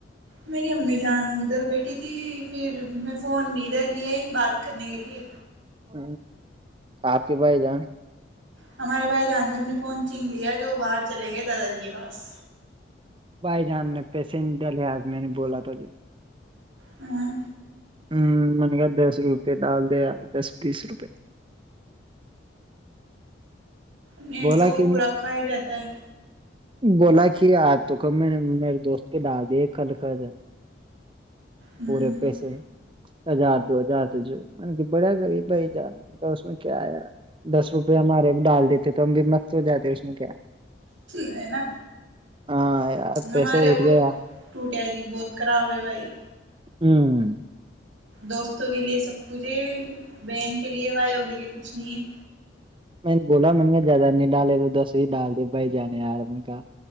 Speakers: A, on the right (about 90°); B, on the right (about 25°).
A: میری امی جان ادھر بیٹھ تھی پھر میں فون ادھر لیا ہی بات کرنے کے لیے
B: ہ آپ کے بھائی جان
A: ہمارے بھائی جانج ہم نے پہنچ لیا جو باہر چلے گئے دادا جی کے پاس
B: بھائی جان نے پیسینجر ل آج میں نے بولا تھا جو
A: ہاں
B: ہ من کہ دس روپئے ڈال دے دس بیس روپے
A: م
B: بولا
A: تو وہ
B: کہ
A: پورا رکھا ہی جاتا ہے
B: بولا کہ آج تو ک میں نے میرے دوست کے ڈال دیے کل کل
A: ہ
B: پورے پیسے ہزار دو ہزار تو جو م بڑا غریب بھائی جان اس میں کیا آیا دس روپے ہمارے ایک ڈال دیتے تو ہم بھی مستت ہو جاتے اس میں کیا
A: ہےینا
B: ہاں یار پیسے
A: ہمارے
B: اٹھ
A: وہ
B: گیا
A: ٹوٹیا جی بہت خراب ہے بھائی
B: ہوں
A: دوستوں کے لیے سب <unintelligible> کے لیے وائی ہوگی لیے کچھ نہیں ہے
B: میں نے بولا من گ زیادہ نہیں ڈالے تو دس ہی ڈال د بھائی جان یار من کاا